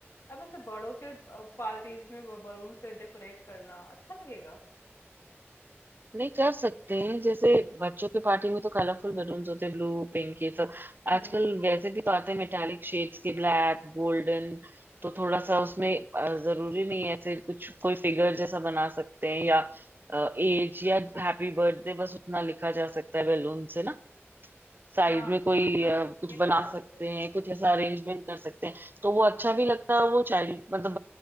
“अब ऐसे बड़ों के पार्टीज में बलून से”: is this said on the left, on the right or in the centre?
Left